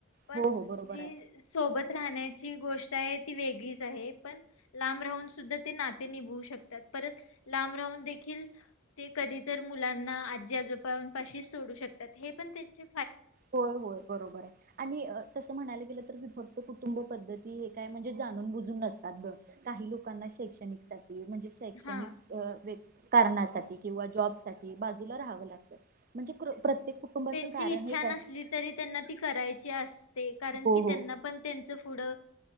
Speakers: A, on the left; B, on the right.
A: पण
B: हो हो बरोबर
A: जी
B: आहे
A: सोबत राह राहण्याची जी गोष्ट आहे, ती वेगळीच आहे, पण लांब राहून सुद्धा ते नाते निभावू शकतात परं लांब राहून देखील ते कधी तर मुलांना आजी आजोबांपाशी सोडू शकत त्यात हे पण त्यांची.
B: होय होय बरोबर आहे, आणि तसं म्हणायला गेलं विभक्त कुटुंब पद्धती हे काय म्हणजे जाणून बुजून नसतात ग, काही लोकांना शैक्षणिकच. म्हणजे शैक्षणिक
A: हा
B: आ व्यक् कारणासाठी किंवा जॉब साठी बाजूला राहावं लागतं. म्हणजे प्रत्येक कुटुंबाच
A: त्यांची
B: कारण
A: इच्छा
B: हे! काय
A: नसली तरी त्यां ती करायची असते कारण
B: हो
A: की, त्यांना
B: हो
A: पण त्यां पुढं.